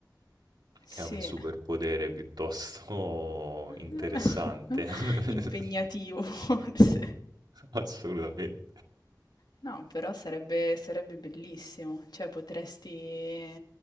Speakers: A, on the left; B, on the right.
A: sì,
B: È un superpotere piuttosto interessante.
A: <laughs>
B: <laughs>
A: impegnativo <laughs> forse.
B: Assolutamente.
A: No, però sarebbe, sarebbe bellissimo, cioè potresti,